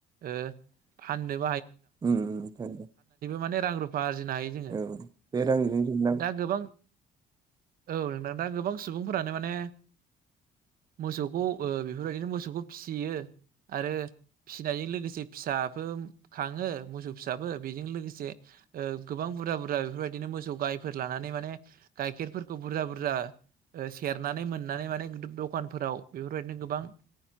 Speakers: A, on the right; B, on the right.
A: ओ फाननो <unintelligible>
B: उम उम इनखायनथ'
A: माने रां रुफा आरजिनो हायो जोङो
B: औ <unintelligible>
A: दा
B: <inaudible>
A: गोबां औ नोंथां दा गोबां सुबुंफोरानो माने मोसौखौ ओ बेफोरबायदिनो मोसौखौ फिसियो आरो फिनायजों लोगोसे फिसाबो खाङो मोसौ फिसाबो बेजों लोगोसे ओ गोबां बुरा बुरा बेफोरबायदिनो मोसौ गायफोर लाना <unintelligible> माने गाइखेरफोरखौ बुरजा बुरजा ओ सेरनानै मोननानै माने <unintelligible> दखानफोराव बेफोरबायदिनो ओ गोबां